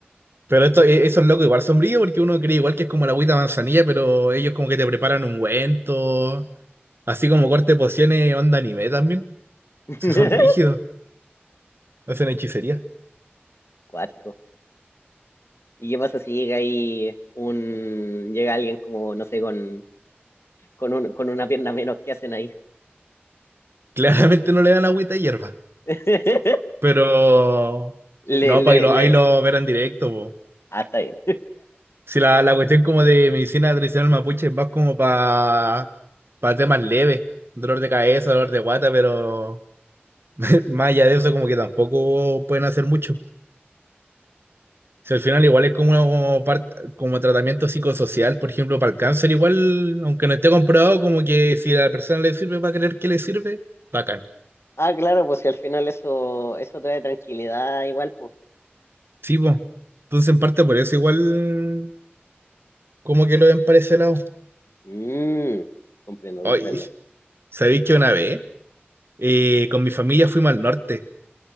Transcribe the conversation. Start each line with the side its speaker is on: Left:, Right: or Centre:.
Right: Pero esto, e- esos locos igual sombrío porque uno cree igual que es como la agüita de manzanilla, pero ellos como que te preparan ungüento, así como corte de pociones, onda anime también.
Left: <laughs>
Right: Si son brígidos, hacen hechicería.
Left: Cuático. ¿Y qué pasa si llega ahí un, llega alguien como, no sé, con, con, un, con una pierna menos, ¿qué hacen ahí?
Right: <laughs> Claramente no le dan agüita de hierba.
Left: <laughs>
Right: Pero
Left: le,
Right: no, pues
Left: le,
Right: ahí lo,
Left: le.
Right: ahí lo verán directo, po.
Left: Ah, está bien.
Right: Si la, la cuestión como de medicina tradicional mapuche va como para para temas leves, dolor de cabeza, dolor de guata, pero <laughs> más allá de eso como que tampoco pueden hacer mucho. Si al final igual es como, una parte, como tratamiento psicosocial, por ejemplo, para el cáncer igual, aunque no esté comprobado, como que si a la persona le sirve, va a creer que le sirve, bacán.
Left: Ah, claro, pues si al final eso, eso trae tranquilidad igual, pues.
Right: Sí, pues. Entonces en parte por eso igual como que lo ven para ese lado.
Left: Mm, comprendo,
Right: Ay,
Left: comprendo.
Right: ¿sabéis que una vez eh, con mi familia fuimos al norte?